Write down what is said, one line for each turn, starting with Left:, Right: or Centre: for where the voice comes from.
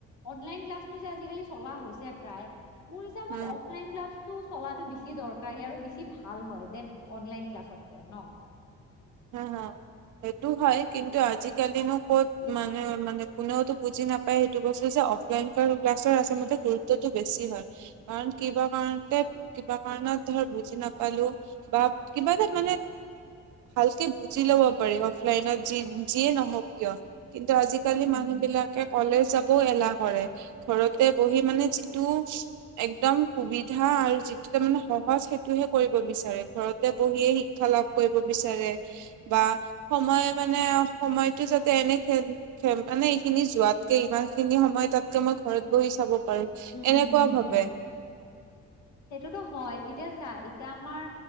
Left: অনলাইন ক্লাছটো যে আজিকালি চলা হৈছে প্ৰায় মোৰ হিচাপত
Right: উম
Left: অফলাইন ক্লাছ ত 'চলাটো বেছি দৰকাৰী আৰু বেছি ভাল হয় ডেন অনলাইন ক্লাছতকে ন
Right: হ হ সেইটো হয় কিন্তু আজিকালিনো ক'ত মানে মানে কোনেওতো বুজি নাপ এইটো বস্তু যে অফলাইন ক্লাছৰ আছে মতে গুৰুত্বতটো বেছি হয় কাৰণ কিবা কাৰণতে কিবা কাৰণত ধৰ বুজি নাপালো বা কিবা এটাত মানে ভালকে বুজি ল'ব পাৰি অফলাইনত যি যিয়ে নহওক কিয় কিন্তু আজি কালি
Left: উম, হুম,
Right: মানুহ
Left: হুম,
Right: বিলাকে কলেজ যাবও এলাহ কৰে ঘৰতে বহি মানে যিটো একদম সুবিধা আৰু যিটো তাৰ মানে সহজ সেইটোহে কৰিব বিচাৰে ঘৰতে বহিয়ে শি ক্ষা লাভ কৰিব বিচাৰে বা সময় মানে সময়তো যাতে এনেই খেল খেল মানে এইখিনি যোৱাতকে ইমান খিনি সময় তাতকে মই ঘৰত বহি চাব পাৰো
Left: উম
Right: এনেকুৱা
Left: হম হম
Right: ভাবে
Left: হম সেইটোতো হয় এতিয়া চা এতিয়া আমাৰ